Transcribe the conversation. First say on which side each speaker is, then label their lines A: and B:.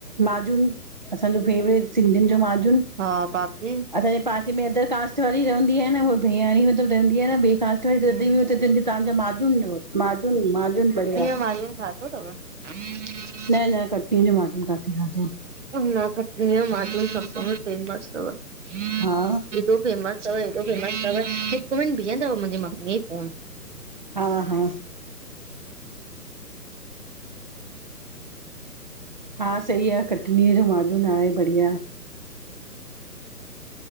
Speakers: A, on the right (about 30°); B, on the right (about 45°).
A: माजून, असांजो फेवरेट सिंधियुनि जो माजून।
B: हा बाकी
A: असांजे पासे में अदर कास्ट वारी रहंदी आहे न, उहा बिहांणी मतिलुब रहंदी आहे न ॿि कास्ट वारी, तहिं
B: हम्म
A: बि हुत तव्हांजा माजून न माजून माजून बढ़िया।
B: माो ई खात <unintelligible> <unintelligible>
A: ऐं न कटी ज माजुन खाती, खाधी
B: खटन मेमस अथ हेॾो
A: हा
B: फेम <unintelligible> अथ ऐॾो फेमस अथव हिकु मिंट बीहंदव मुंहिंजी मम्मी फोन
A: हा हा हा सही आ कटनीअ जो माजून आहे बढ़िया।